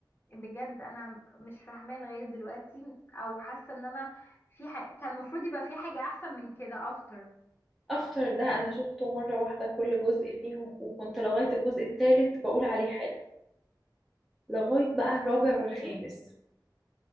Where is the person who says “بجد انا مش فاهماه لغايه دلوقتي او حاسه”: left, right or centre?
Left